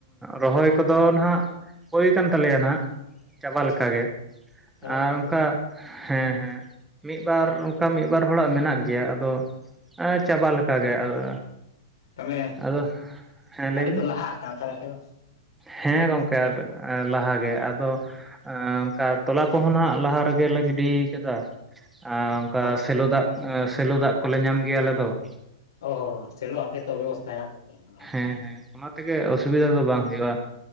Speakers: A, in the centre; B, on the left (about 90°).
A: ᱨᱚᱦᱚᱭ ᱠᱚᱫᱚ ᱱᱟᱦᱟᱜ ᱦᱩᱭ ᱠᱟᱱ ᱛᱟᱞᱮᱭᱟ ᱱᱟᱦᱟᱜ ᱪᱟᱵᱟ
B: ᱟᱪᱪᱷᱟ
A: ᱞᱮᱠᱟᱜᱮ
B: ᱪᱟᱵᱟ
A: ᱟᱨ
B: ᱞᱮᱠᱟ
A: ᱚᱝᱠᱟ
B: ᱠᱚ
A: ᱦᱮᱸ ᱦᱮᱸ ᱢᱤᱜᱼᱵᱟᱨ ᱚᱝᱠᱟ ᱢᱤᱫ ᱵᱟᱨ ᱦᱚᱲᱟᱜ ᱢᱮᱱᱟᱜ ᱜᱮᱭᱟ ᱟᱫᱚ ᱮᱸᱻ ᱪᱟᱵᱟ ᱞᱮᱠᱟ ᱜᱮ ᱟᱫᱚ,
B: ᱛᱟᱦᱚᱞᱮ
A: ᱟᱫᱚ ᱦᱮᱸ ᱞᱟᱹᱭᱵᱤᱱ!
B: ᱟᱹᱰᱤ ᱯᱮ ᱞᱟᱦᱟ ᱟᱠᱟᱱᱟ ᱛᱟᱦᱚᱞᱮ ᱟᱯᱮ ᱫᱚ?
A: ᱦᱮᱸ ᱜᱚᱝᱠᱮ ᱟᱰᱚ ᱞᱟᱦᱟ ᱜᱮ ᱟᱫᱚ ᱟᱸᱻ ᱚᱱᱠᱟ ᱛᱚᱞᱟ ᱠᱚᱦᱚᱸ ᱱᱟᱦᱟᱜ ᱞᱟᱦᱟ ᱨᱮᱜᱮ ᱞᱮ ᱜᱤᱰᱤᱭ ᱠᱟᱫᱟ ᱾ ᱟᱨ ᱚᱱᱠᱟ
B: ᱟᱪᱪᱷᱟ
A: ᱥᱮᱞᱚ ᱫᱟᱜ ᱥᱮᱞᱚ ᱫᱟᱜ ᱠᱚᱞᱮ ᱧᱟᱢ ᱜᱮᱭᱟ ᱟᱞᱮ ᱫᱚ ᱾
B: ᱚᱦᱚ ᱥᱮᱞᱚ ᱟᱯᱮ ᱛᱚ ᱵᱮᱵᱚᱥᱛᱟ ᱦᱮᱱᱟᱜ ᱛᱟᱯᱮᱭᱟ ᱦᱳᱭ ᱾
A: ᱦᱮᱸ ᱦᱮᱸ ᱚᱱᱟ ᱛᱮᱜᱮ ᱚᱥᱩᱵᱤᱫᱷᱟ ᱫᱚ ᱵᱟᱝ ᱦᱩᱭᱩᱜᱼᱟ